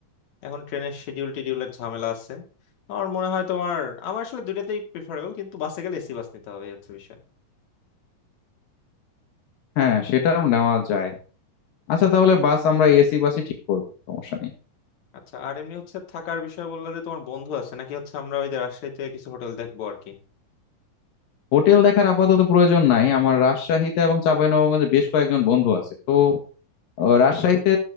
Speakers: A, on the left (about 60°); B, on the left (about 75°).
A: এখন ট্রেনের শিডিউল টিডিউলের ঝামেলা আছে আমার মনে হয় তোমার আমার আসলে দুইটাতেই প্রিফারেবল কিন্তু বাসে গেলে এসি বাস নিতে হবে এই হচ্ছে বিষয়
B: হ্যাঁ সেটাও নেওয়া যায় আচ্ছা তাহলে বাস আমরা এসি বাসই ঠিক করবো সমস্যা নেই
A: আচ্ছা আর এমনি হচ্ছে থাকার বিষয় বললে যে তোমার বন্ধু আছে নাকি হচ্ছে আমরা ওই যে রাজশাহীতে কিছু হোটেল দেখবো আর কি
B: হোটেল দেখার আপাতত প্রয়োজন নাই আমার রাজশাহীতে এবং চাঁপাইনবাবগঞ্জে বেশ কয়েকজন বন্ধু আছে তো আহ, রাজশাহীতে